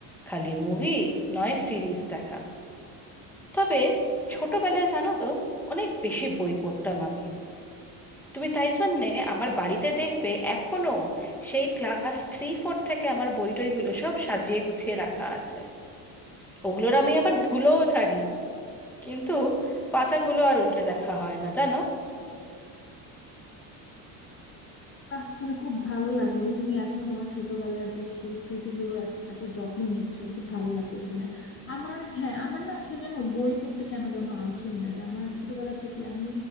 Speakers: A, in the centre; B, on the left (about 25°).
A: খালি মুভি নয় সিরিজ দেখা তবে ছোটবেলায় জানো তো অনেক বেশি বই পড়তাম আমি তুমি তাই জন্যে আমার বাড়িতে দেখবে এখনো সেই ক্লাস থ্রি ফোর থেকে আমার বই টইগুলো সব সাজিয়ে গুছিয়ে রাখা আছে ওগুলোর আমি আবার ধুলোও ঝাড়ি কিন্তু পাতাগুলো আর উল্টে দেখা হয় না জানো
B: বাহ শুনে খুব ভালো লাগলো যে তুমি এখনো তোমার ছোটবেলার যে সেই স্মৃতিগুলোর এত এত যত্ন নিচ্ছ খুব ভালো লাগলো শুনে আমার হ্যাঁ আমার না আসলে যেন বই পড়তে কেন যেন আলসেমি লাগে আমার ছোটবেলা থেকে আমি